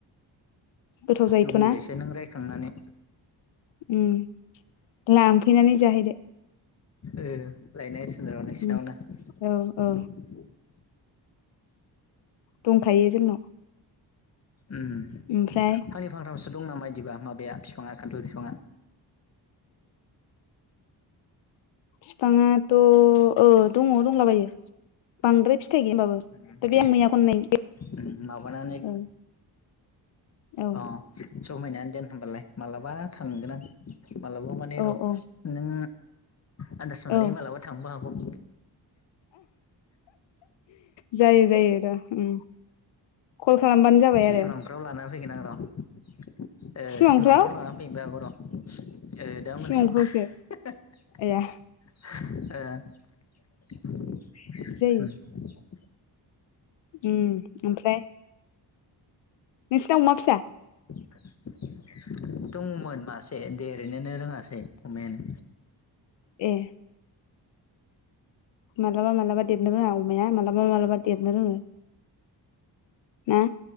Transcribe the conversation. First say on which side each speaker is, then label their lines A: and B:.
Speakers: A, on the left; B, on the left.
A: गोथाव जायोथ'
B: लुबैबायसो
A: ना
B: नों रायखांनानै
A: उम लांफैनानै जाहैदो
B: ए लायनाय <unintelligible>
A: उम औ औ दंखायो जोंनाव
B: उम
A: ओमफ्राय
B: खालि <unintelligible> दं नामा इदिबा माबाया फिफांआ खान्थाल बिफाङा
A: बिफाङाथ' औ दंङ दंलाबायो बांद्राय फिथाइ गैया होम्बाबो
B: उम
A: द
B: दे
A: बे आं मैयाखौनाय
B: उम माबानानै
A: औ <unintelligible> औ
B: अ जमायनानै दोन होमबालाय माब्लाबा थांगोन आं माबलाबा माने र'
A: औ औ
B: नों आन्दाज मोनलायै
A: औ
B: माबलाबा थांनोबो हागौ <unintelligible>
A: जायो जायो र' उम कल खालामबानो जाबाय आरो
B: सिमांफ्राव लाना फैगोन आं र'
A: सिमांफ्राव
B: सिमांफ्राव लानानै फैनोबो
A: सिमांफ्रावसो
B: हागौ र'
A: आया
B: दा मोनायाव <unintelligible> ए
A: बिदि जायो
B: <unintelligible>
A: उम ओमफ्राय नोंसिनाव अमा फिसा
B: <unintelligible> दङमोन मासे देरैनोनो रोङासै अमायानो
A: ए मालाबा मालाबा देरनोरोंङा अमा मालाबा मालाबा देरनो रोङो। ना?